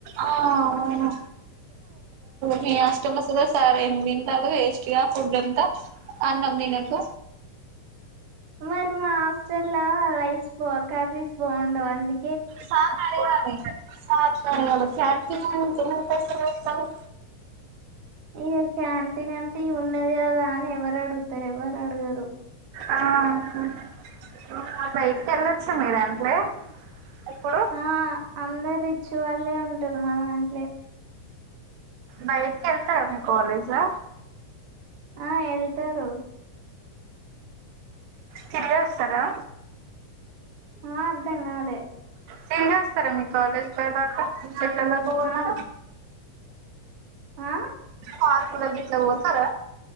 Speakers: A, on the right; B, on the right.
A: ఆ అవును మీ హాస్టల్లొస్తదో సార్ ఎం తింటాళ్ళు వేస్ట్ గా ఫుడ్డంతా ఆ అన్నం తినక
B: మరి మా హాస్టల్ ల్ల రైస్ బా కర్రీస్ బావుండవ్ అంది
A: సార్ నడగాలి సర్ కి అడగాలి సర్కి <unintelligible>
B: ఇగ క్యాంటీన్ అంటే ఉన్నది గదా అని ఎవరు అడుగుతరు ఎవరు అడగరు.
A: ఆహా బైటికేల్లొచ్చ మీ దాంట్లె ఎప్పుడు
B: ఆ అందరు రిచ్ వాళ్ళే ఉంటరు మదాన్
A: బయటికేళ్తర మీ కాలేజ్ ల
B: ఆ ఎళ్తరు
A: తిరిగొస్తరా
B: ఆ అర్ధంగాలే
A: తిరిగొస్తరా మీ కాలేజ్ కడ్దాకా ఎక్కడి దాకా పోతరు?
B: ఆ ఆ
A: పార్కుల గిట్ల వొతరా